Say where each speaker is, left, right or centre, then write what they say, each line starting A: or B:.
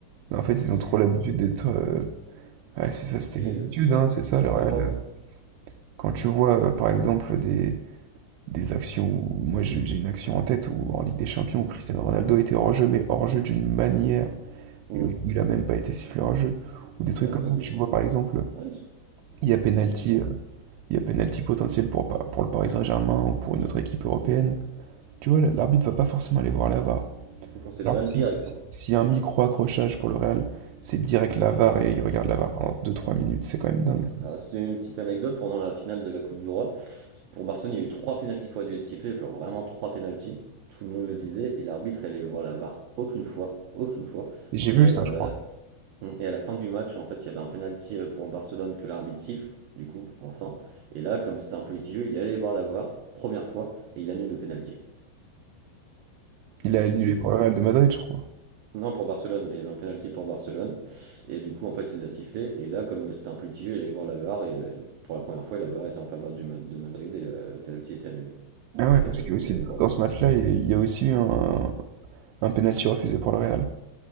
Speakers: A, on the right; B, on the right.
A: Mais en fait, ils
B: Parce
A: ont trop
B: que
A: l'habitude d'être. euh, Ouais, c'est ça,
B: D'être
A: c'était
B: les,
A: une habitude,
B: sur,
A: hein, c'est ça,
B: d'être
A: le Real.
B: les rois, ouais.
A: Quand tu vois, euh, par exemple, des, des actions où. Moi, j'ai j'ai une action en tête où, en Ligue des Champions,
B: Dis-moi.
A: où Cristiano Ronaldo était hors-jeu, mais hors-jeu d'une manière,
B: Mm.
A: et où, où il a même pas été sifflé hors-jeu. Ou des trucs
B: Ouais,
A: comme
B: non,
A: ça,
B: mais
A: tu
B: ils sont
A: vois,
B: favoris.
A: par exemple,
B: Ouais, ils sont-
A: il y a penalty,
B: dis-moi.
A: euh, il y a penalty potentiel pour, pa- pour le Paris Saint-Germain ou pour une autre équipe européenne. Tu vois, l'arbitre va pas forcément aller voir la VAR.
B: Quand c'est Laval,
A: Alors, Si,
B: direct.
A: si-
B: Hein.
A: s'il y a un micro-accrochage pour le Real, c'est direct la VAR et il regarde
B: Mm.
A: la VAR pendant deux trois minutes, c'est quand même dingue.
B: Mm.
A: ça.
B: Ah, c'était une petite anecdote pendant la finale de la Coupe du Roi. Pour Barcelone, il y a eu trois pénaltys qui auraient dû être sifflés, genre vraiment trois pénaltys. Tout le monde le disait, et l'arbitre allait voir la VAR aucune fois, aucune fois.
A: et j'ai
B: Et,
A: vu
B: euh,
A: ça, je crois.
B: à la, mm, et à la fin du match, en fait, il y avait un pénalty euh, pour le Barcelone que l'arbitre siffle, du coup, enfin. Et là, comme c'était un peu litigieux, il allait voir la VAR, première fois, et il annule le pénalty.
A: Il a annulé
B: Donc c'est fou,
A: pour
B: quoi.
A: le Real de Madrid, je crois.
B: Non, pour Barcelone, il y avait un penalty pour Barcelone. Et du coup, en fait, il l'a sifflé. Et là, comme euh, c'était un petit jeu, il allait voir la VAR. Et la- pour la première fois, la VAR était en faveur du Ma- de Madrid et la- le penalty était annulé.
A: Ah
B: Et
A: ouais,
B: c'est
A: parce
B: la seule
A: que
B: fois
A: aussi,
B: où il allait voir
A: dans
B: là.
A: ce match-là, il il y a aussi eu un, un penalty refusé pour le Real.